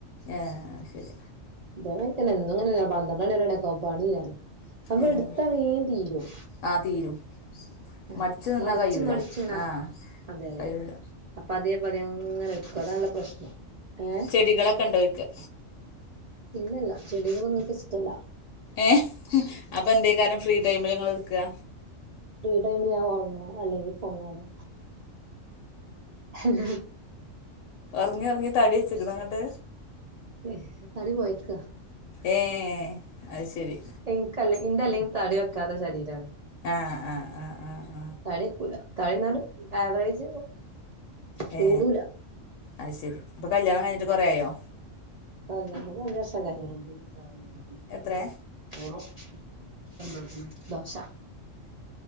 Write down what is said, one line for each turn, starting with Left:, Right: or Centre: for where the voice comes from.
Left: ആ ശരി
Right: ഇതേ മായിരി കൊന്നെ പന്ത്രണ്ട്ണി കെ ആ കും പണീരാന്. സംഭവ
Left: ഏഹ്
Right: എടുത്ത വേ തീരും
Left: ആഹ് തീരും
Right: ആ
Left: മടിച്ചു നിന്നാ
Right: മടിച്ച്മടിച്ച്ണാക്കും
Left: കഴിയൂല ആഹ്
Right: അതെ അതെ
Left: കഴിയൂല
Right: അപ്പൊ അതേ പതി അങ്ങനെ എടുക്കും അതാല്ല പ്രശ്നം ഏ
Left: ചെടികളെ ക്കെണ്ടോയ്ക്കാ?
Right: ഇല്ലല്ല ചെടികളന്നുംക്ക് ഇഷ്ടല്ല
Left: ഏഹ് അപ്പൊ എന്ത കാരണം ഫ്രീ ടൈമില് നിങ്ങൾ എടുക്കാ
Right: ഫീ ടൈമില് ഞാൻ ഉറങ്ങുംഅല്ലെങ്കി ഫോ കാണു ഹഹ്ഹ്
Left: ഉറങ്ങിറങ്ങി തടിവച്ചിക്ക്ണോന്നിട്ട്
Right: ഏ തടി പോയക്കാ
Left: ഏഹ് അത് ശരി
Right: ഇൻക്ക്ഇന്റെ അല്ലെങ്കിൽ തടി വെക്കാത്ത ശരീരാണ്
Left: ആഹ് ആഹ ആ് ആ
Right: തടിക്കൂല തടി ന്നാലും ആവറേജ്
Left: ഏ
Right: കൂടൂല
Left: അത് ശരി അപ്പൊ കല്യാണം കഴിഞ്ഞിട്ട് കൊറയായോ
Right: <unintelligible> എ
Left: എത്രേ
Right: പോക്കുന്നു ദോശ